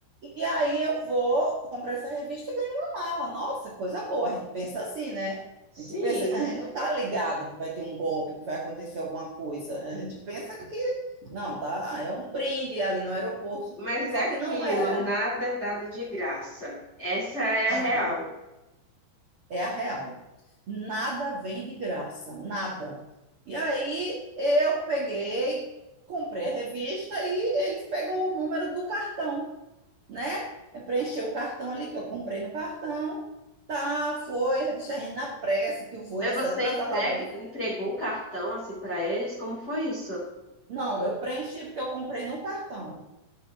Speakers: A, on the right; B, on the left.
A: E aí eu vou, compro essa revista e ganho uma mala. Nossa, coisa boa. A gente pensa assim, né?
B: sim.
A: A gente pensa, a gente não tá ligado que vai ter um golpe, que vai acontecer alguma coisa. A gente pensa que não, tá? É um brinde ali no aeroporto.
B: Mas
A: Só
B: é aquilo,
A: que não era
B: nada é dado de graça. Essa é
A: nada.
B: a real.
A: É a real. Nada vem de graça, nada. E aí eu peguei, comprei a revista e eles pegou o número do cartão né? É preencher o cartão ali que eu comprei no cartão. Tá, foi, revista Renda na pressa, que o voo
B: Mas
A: ia
B: você
A: ser atrasar
B: entrega,
A: tal bem.
B: entregou o cartão assim para eles? Como foi isso?
A: Não, eu preenchi porque eu comprei no cartão,